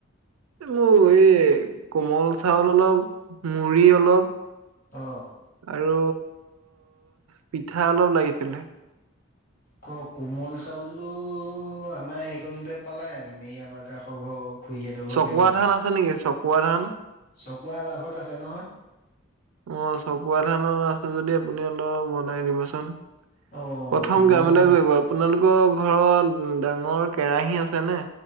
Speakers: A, on the right; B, on the left.
A: মোৰ এই, কোমল চাউল অলপ, মুড়ি অলপ-
B: অঁ।
A: আৰু পিঠা অলপ লাগিছিলে।
B: ক কোমল চাউলটো আমাৰ একনতে পালে হেতিন এ আমাৰ কাষৰ ঘৰ- খুৰীহঁতৰ ঘৰতে
A: চকুৱা
B: বনাই।
A: ধান আছে নেকি চকুৱা ধান।
B: চকুৱা আমা ঘত আছে নহয়।
A: অঁ চকুৱা ধানৰ আছে যদি আপুনি অলপ বনাই দিবচোন।
B: অ',
A: প্ৰথম কাম
B: মই
A: এটা কৰিব আপোনালোকৰ ঘৰত ডাঙৰ কেৰাহী আছেনে?